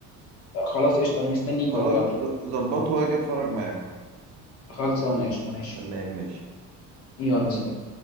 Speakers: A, on the left; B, on the right.
A: خلاص قشطه انا مستنيك
B: خلاص
A: اهو يلا
B: ظبطه واجي اتفرج معاكم
A: خلصانه قشطه ماشي
B: تمام ماشي
A: يلا سلام